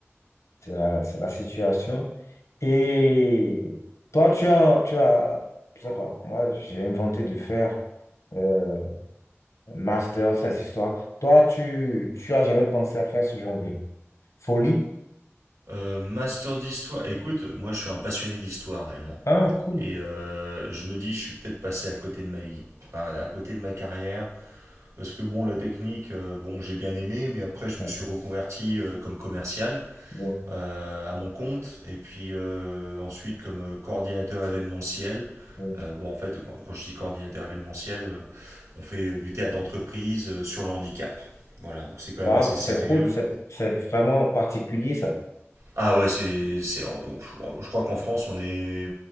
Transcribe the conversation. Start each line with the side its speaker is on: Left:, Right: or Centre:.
Left: c'est la, c'est la situation. Et toi, tu as, tu as, je sais pas, moi, j'ai inventé de faire euh, un master, ces histoires. Toi, tu, tu as jamais pensé à faire ce genre de folie?
Right: Euh, master d'histoire. Écoute, moi je suis un passionné d'histoire réellement.
Left: Ah, cool.
Right: Et euh, je me dis, je suis peut-être passé à côté de ma vie, enfin, à côté de ma carrière. Parce que bon, la technique, euh, bon, j'ai bien aimé, mais après, je
Left: Ouais,
Right: me suis reconverti euh, comme commercial
Left: ouais,
Right: euh, à mon compte, et puis euh, ensuite comme euh, coordinateur événementiel.
Left: ouais.
Right: Euh, bon, en fait, quand- je dis coordinateur événementiel, euh, on fait euh, du théâtre d'entreprise euh, sur le handicap. Voilà, donc c'est quand même
Left: Waouh,
Right: assez sérieux.
Left: c'est cool, c'est c'est vraiment particulier ça.
Right: Ah ouais, c'est, c'est, je crois qu'en France, on est